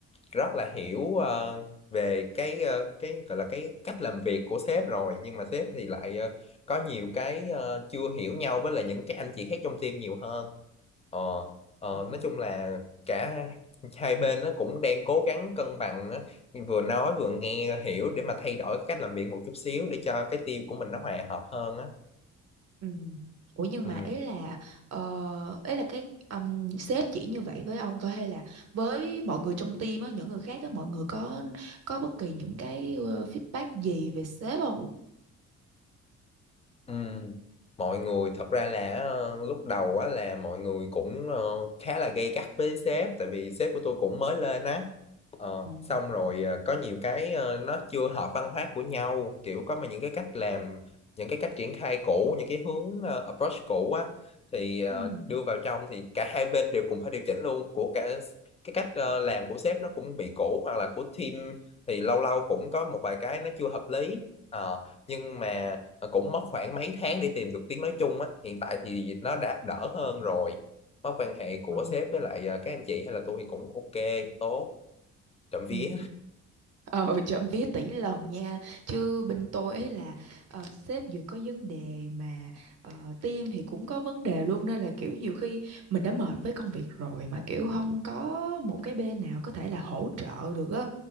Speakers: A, on the left; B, on the right.
A: rất là hiểu ờ, về cái ờ, cái gọi là cái cách làm việc của sếp rồi nhưng mà sếp thì lại ờ, có nhiều cái ờ, chưa hiểu nhau với là những cái anh chị khác trong team nhiều hơn Ờ, ờ,
B: À,
A: nói chung là cả hai bên nó cũng đang cố gắng cân bằng á, vừa nói vừa nghe hiểu để mà thay đổi cách làm việc một chút xíu để cho cái team của mình nó hòa hợp hơn á.
B: ừ ủa nhưng
A: Ừ,
B: mà ý là ờ, ý là cái um, sếp chỉ như vậy với ông thôi hay là với mọi người trong team á những người khác á mọi người có có bất kỳ những cái ờ, feedback gì về sếp không
A: ừ. Mọi người thật ra là ờ, lúc đầu á là mọi người cũng ờ, khá là gay gắt với sếp tại vì sếp của tôi cũng mới lên á. Ờ,
B: À,
A: xong rồi ờ, có nhiều cái ờ, nó chưa hợp văn hóa của nhau kiểu có mà những cái cách làm những cái cách triển khai cũ những cái hướng ờ, approach cũ á thì ờ,
B: Ừ.
A: đưa vào trong thì cả hai bên đều cùng phải điều chỉnh luôn của cả cái cách ờ, làm của sếp nó cũng bị cũ hoặc là của team thì lâu lâu cũng có một vài cái nó chưa hợp lý Ờ, nhưng mà ờ, cũng mất khoảng mấy tháng để tìm được tiếng nói chung á hiện tại thì nó đã đỡ hơn rồi mối quan hệ của
B: ngon.
A: sếp với lại ờ, các anh chị hay là tôi thì cũng ok tốt trộm vía
B: Ừ. Ờ, trộm vía tỷ lần nha Chứ bên tôi ấy là ờ, sếp vừa có vấn đề mà uh, team thì cũng có vấn đề luôn Nên là kiểu nhiều khi mình đã mệt với công việc rồi Mà kiểu không có một cái bên nào có thể là hỗ trợ được á